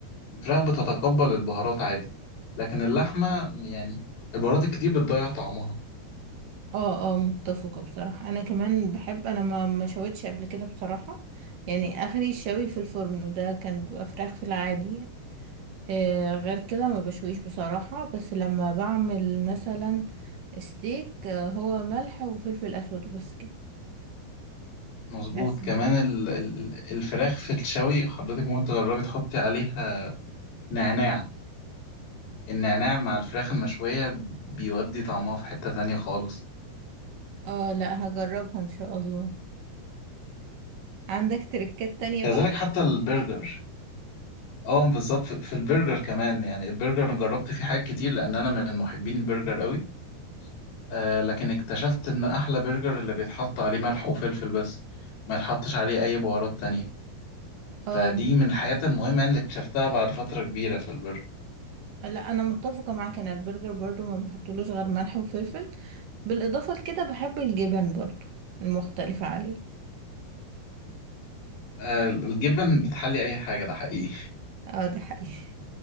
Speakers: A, on the left; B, on the right.
A: الفراخ بتتقبل البهارات عادي لكن اللحمة يعني البهارات الكتير بتضيع طعمها
B: اه اه متفقة بصراحة أنا كمان بحب أنا ما ما شويتش قبل كده بصراحة يعني آخري الشوي في الفرن وده كان بيبقى فراخ في العادي يعني. آه، غير كده ما بشويش بصراحة بس لما بعمل مثلا ستيك آه، هو ملح وفلفل اسود وبس كده
A: مظبوط
B: حاسه
A: كمان
B: إن-
A: ال... ال- الفراخ في الشوي حضرتك ممكن تجربي تحطي عليها نعناع النعناع مع الفراخ المشوية بيودي طعمها في حتة تانية خالص
B: اه لا هجربها ان شاء الله عندك تركات تانية
A: كذلك
B: بقى
A: حتى البرجر اه بالظبط في في البرجر كمان يعني البرجر أنا جربت فيه حاجات كتير لان انا من محبين البرجر قوي آه لكن اكتشفت ان احلى برجر اللي بيتحط عليه ملح وفلفل بس ما يتحطش عليه اي بهارات تانية
B: اه
A: فدي من الحاجات المهمة يعني اللي اكتشفتها بعد فترة كبيرة في البرجر
B: لا انا متفقة معاك انا البرجر برضو ما بحطلوش غير ملح وفلفل بالاضافة لكده بحب الجبن برضو المختلفة عليه
A: آه الجبن بتحلي اي حاجة ده حقيقي
B: اه ده حقيقي